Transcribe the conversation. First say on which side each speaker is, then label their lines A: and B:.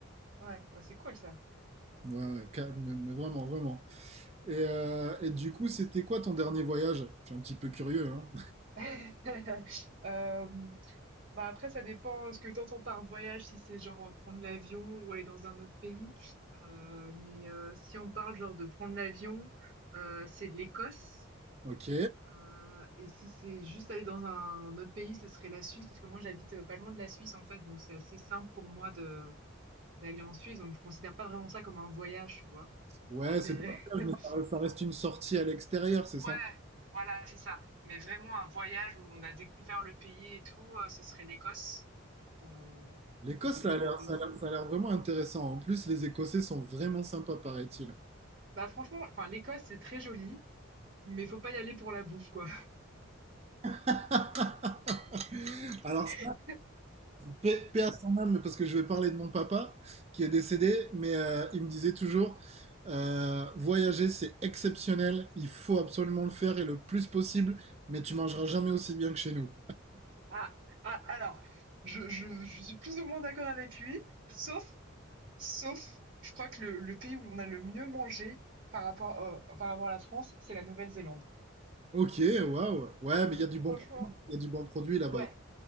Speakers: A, on the right; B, on the right.
A: Ouais, bah, c'est cool ça.
B: Ouais, ouais, ca- mais, mais vraiment, vraiment. Et, euh, et du coup, c'était quoi ton dernier voyage? Je suis un petit peu curieux, hein.
A: <laughs> Hem Bah après, ça dépend euh, ce que tu entends par voyage, si c'est genre euh, prendre l'avion ou aller dans un autre pays. Euh, mais euh, si on parle genre de prendre l'avion, euh, c'est de l'Écosse.
B: Ok.
A: Euh, et si c'est juste aller dans un autre pays, ce serait la Suisse, parce que moi j'habite euh, pas loin de la Suisse en fait, donc c'est assez simple pour moi de d'aller en Suisse, donc je considère pas vraiment ça comme un voyage, tu vois.
B: Ouais, c'est
A: C'est
B: pas un
A: <laughs>
B: voyage, mais ça ça reste une sortie à l'extérieur, c'est
A: Ouais,
B: sympa.
A: voilà, c'est ça. Mais vraiment un voyage où on a découvert le pays et tout, euh, ce serait l'Écosse. Euh,
B: L'Écosse,
A: donc c'était
B: ça
A: il
B: a l'air,
A: y a deux,
B: ça a l'air- ça a l'air vraiment intéressant. En plus, les Écossais sont vraiment sympas, paraît-il.
A: Bah franchement, enfin l'Écosse c'est très joli, mais faut pas y aller pour la bouffe quoi.
B: <laughs> Alors,
A: <laughs>
B: Paix paix à son âme, parce que je vais parler de mon papa qui est décédé, mais euh, il me disait toujours, euh, voyager c'est exceptionnel, il faut absolument le faire et le plus possible, mais tu mangeras jamais aussi bien que chez nous.
A: Ah, ah, alors, je, je, je suis plus ou moins d'accord avec lui, sauf, sauf, je crois que le, le pays où on a le mieux mangé par rapport, euh, par rapport à la France, c'est la Nouvelle-Zélande.
B: Ok, waouh, ouais, mais il y a du bon
A: Franchement,
B: produit, il y a du bon produit là-bas.
A: ouais,